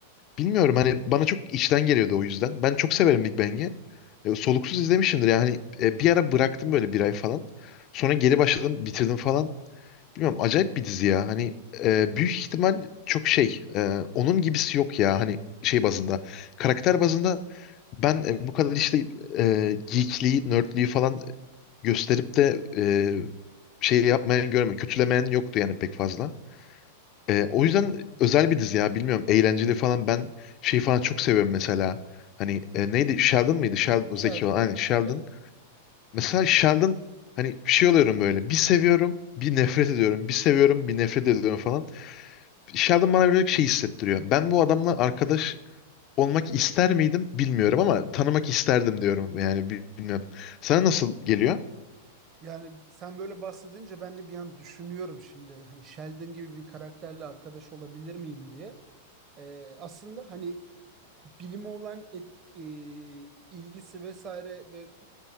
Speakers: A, on the left (about 40°); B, on the right (about 35°).
A: Bilmiyorum hani bana çok içten geliyordu o yüzden. Ben çok severim Big Bang'i. E, soluksuz izlemişimdir yani. E, bir ara bıraktım böyle bir ay falan. Sonra geri başladım, bitirdim falan. Bilmiyorum acayip bir dizi ya. Hani e, büyük ihtimal çok şey. e, onun gibisi yok ya. Hani şey bazında. Karakter bazında ben e, bu kadar işte e, geekliği, nerdliği falan gösterip de e, şey yapmayan görmedim. Kötülemeyen yoktu yani pek fazla. Ee, o yüzden özel bir dizi ya bilmiyorum eğlenceli falan ben şey falan çok seviyorum mesela hani e, neydi Sheldon mıydı Sheldon
B: Sheldon.
A: o zeki olan aynen Sheldon
B: Evet.
A: mesela Sheldon hani şey oluyorum böyle bir seviyorum bir nefret ediyorum bir seviyorum bir nefret ediyorum falan Sheldon bana böyle şey hissettiriyor ben bu adamla arkadaş olmak ister miydim bilmiyorum ama tanımak isterdim diyorum yani bi- bilmiyorum sana nasıl geliyor?
B: Yani sen böyle bahsedince ben de bir an düşünüyorum şimdi. Hani Sheldon gibi bir karakterle arkadaş olabilir miyim diye. Ee, aslında hani bilime olan et- e, ilgisi vesaire ve